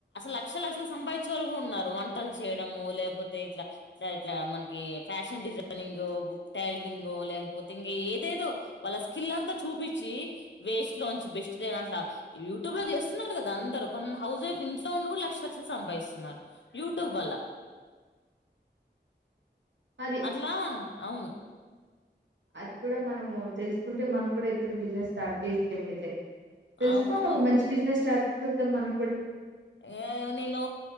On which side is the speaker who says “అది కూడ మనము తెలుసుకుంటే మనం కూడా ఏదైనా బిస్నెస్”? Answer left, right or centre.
Right